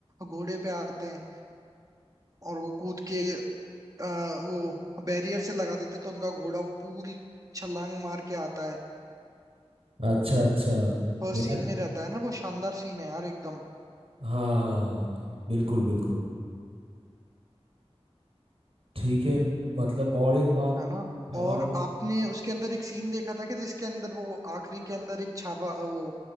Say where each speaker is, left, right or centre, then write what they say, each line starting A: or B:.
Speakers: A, on the right; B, on the right.
A: घोड़े पे आते हैं और वो कूद के अ, वो बैरियर से लगा देते तो उनका घोड़ा वो पूरी छलांग मार के आता है
B: अच्छा अच्छा
A: फर्स्ट
B: मेरा
A: सीन
B: तो,
A: में रहता है ना वो शानदार सीन है यार एकदम
B: हाँ हाँ हाँ हाँ बिल्कुल बिल्कुल ठीक है मतलब और एक बात
A: है ना
B: हवा
A: और
B: में
A: आपने उसके अंदर एक सीन देखा था कि जिसके अंदर वो आखिरी के अंदर एक छापा वो